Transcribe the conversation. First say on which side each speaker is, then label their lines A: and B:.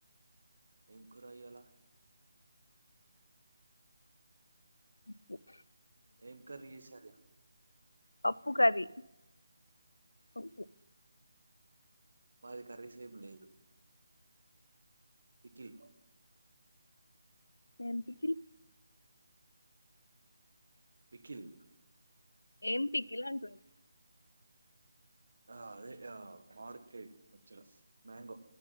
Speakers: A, on the right; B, on the left.
A: ఎం కూర ఇయ్యలా
B: పప్పు
A: ఏం కర్రీ చేసారు
B: పప్పు కర్రీ ఓకే
A: నాది కర్రీస్ ఏం లేదు ఇడ్లీ
B: ఏం పికిల్
A: పికిల్
B: ఎం పికిల్ అంటున్న
A: ఆ అదే మామిడికాయ పచ్చడ మ్యాంగో